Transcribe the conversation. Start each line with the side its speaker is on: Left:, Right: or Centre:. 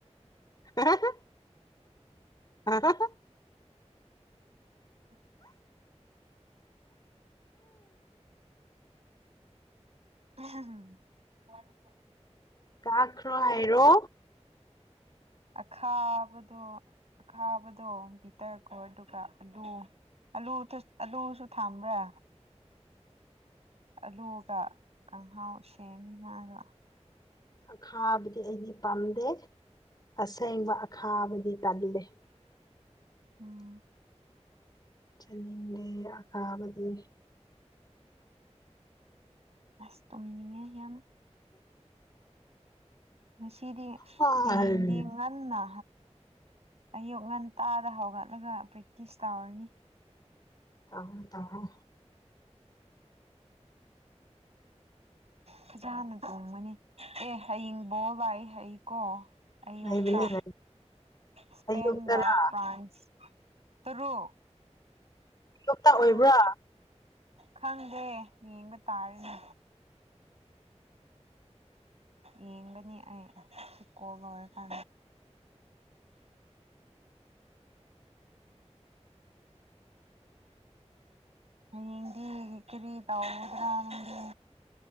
Left: ꯑꯦ ꯍ
Right: <unintelligible> <inaudible>
Left: ꯀꯥꯈ꯭ꯔꯣ ꯍꯥꯏꯔꯣ
Right: ꯑꯈꯥꯕꯗꯣ ꯑꯈꯥꯕꯗꯣ ꯄꯤꯊꯔꯀꯣ ꯑꯗꯨꯒ ꯑꯂꯨ ꯑꯂꯨ ꯑꯂꯨꯁꯨ ꯊꯝꯕ꯭ꯔꯥ ꯑꯂꯨꯒ ꯀꯥꯡꯪꯍꯥꯎ ꯁꯦꯝꯃꯤ ꯃꯥꯗꯣ
Left: ꯑꯈꯥꯕꯗꯤ ꯑꯩꯗꯤ ꯄꯥꯝꯗꯦ ꯑꯁꯦꯡꯕ ꯑꯈꯥꯕꯗꯤ ꯇꯜꯂꯤ
Right: ꯎꯝ
Left: ꯆꯠꯅꯤꯡꯂꯦ ꯑꯀꯥꯕꯗꯤ
Right: ꯑꯁ ꯇꯨꯝꯅꯤꯡꯉꯦ ꯌꯥꯝ ꯁꯤꯗꯤ
Left: ꯇꯧꯔꯣ
Right: ꯍꯌꯦꯡꯗꯤꯉ ꯅꯅ ꯑꯌꯨꯛ ꯉꯟꯇꯥꯗ ꯍꯧꯒꯠꯂꯒ ꯄ꯭ꯔꯦꯛꯇꯤꯁ ꯇꯧꯔꯅꯤ
Left: ꯇꯥꯎ ꯇꯥꯥꯎꯣ
Right: ꯐꯖꯅ ꯇꯣꯡꯕꯅꯤ ꯑꯦ ꯍꯌꯡꯕꯣ ꯂꯏ ꯍꯩꯀꯣ ꯑꯌꯣꯀ
Left: ꯂꯩꯕꯅꯦ ꯂꯩ
Right: ꯁꯄꯦꯟꯒ
Left: ꯑꯌꯨꯛꯇꯔ
Right: ꯐ꯭ꯔꯥꯥꯟꯁ ꯇꯔꯨꯛ
Left: ꯂꯣꯛꯇꯥꯛ
Right: ꯇꯔꯨꯛ
Left: ꯑꯣꯏꯕ꯭ꯔꯥ
Right: ꯈꯪꯗꯦ ꯌꯦꯡꯕ ꯇꯥꯔꯤꯅꯦ ꯌꯦꯒꯅꯤ ꯑ ꯆꯀꯣꯒꯣ ꯀꯦ ꯍꯌꯦꯡꯗꯤ ꯀꯔꯤ ꯇꯧꯒꯗ꯭ꯔꯥ ꯅꯪꯒꯤ